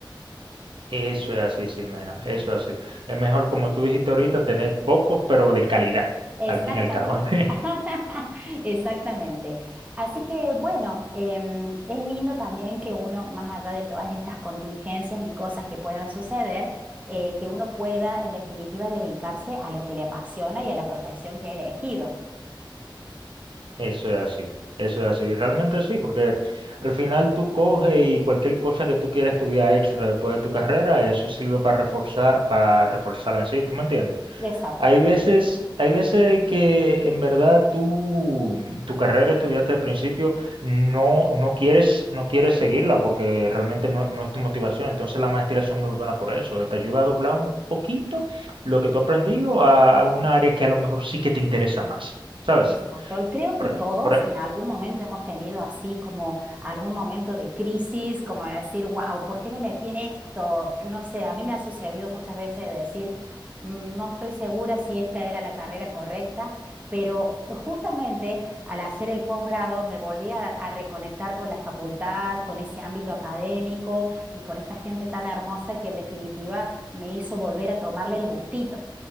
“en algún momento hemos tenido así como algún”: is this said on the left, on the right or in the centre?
Right